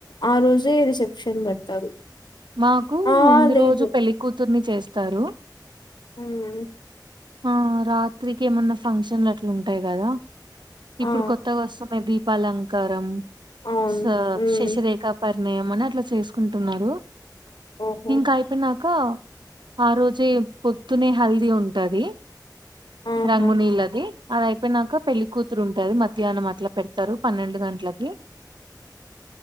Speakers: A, on the left (about 75°); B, on the right (about 85°).
A: ఆ రోజే రిసెప్షన్ పెడతారు
B: మాకు
A: ఆ
B: ముందు
A: లేదు
B: రోజు పెళ్లికూతుర్ని చేస్తారు
A: మ్మ్
B: ఆ రాత్రికి ఏమన్నా ఫంక్షన్లు అట్లా ఉంటాయి కదా ఇప్పుడు
A: ఆ
B: కొత్తగా వస్తున్నాయి దీపాలంకారం
A: అవును
B: స
A: మ్మ్
B: శశిరేఖ పరిణయం అని అట్లా చేసుకుంటున్నారు
A: ఓహో
B: ఇంకా అయిపోయినాక ఆ రోజే పొద్దునే హెల్దీ ఉంటుంది ఉంటది
A: ఆహా
B: రంగు నీళ్ళది అది అయిపోయినాక పెళ్లి కూతురు ఉంటుది మధ్యాహ్నం అట్లా పెడ తారు పనిండుగంటలకి